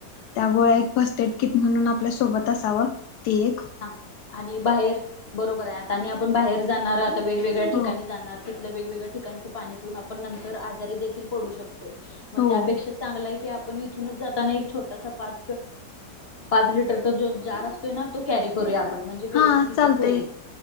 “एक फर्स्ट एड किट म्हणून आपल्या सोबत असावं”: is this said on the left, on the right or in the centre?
Left